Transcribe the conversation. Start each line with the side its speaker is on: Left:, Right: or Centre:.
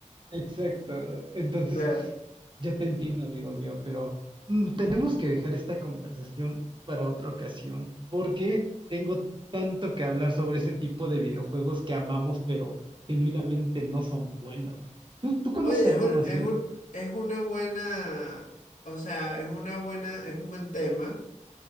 Right: Exacto. Entonces,
Left: Claro.
Right: yo te entiendo, amigo mío, pero mm, tenemos que dejar esta conversación para otra ocasión, porque tengo tanto que hablar sobre ese tipo de videojuegos que amamos, pero genuinamente no son buenos. ¿Tú, tú conoces
Left: Oye, es
Right: alguno
Left: un,
Right: así?
Left: es un, es una buena, o sea, es una buena, es un buen tema.